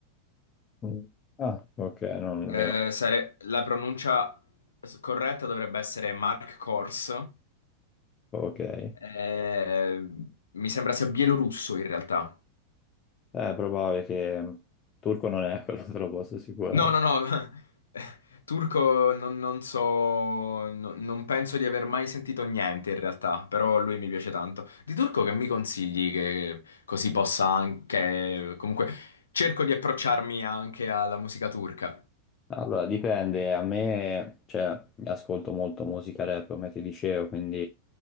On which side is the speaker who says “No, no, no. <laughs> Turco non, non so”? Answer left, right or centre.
Left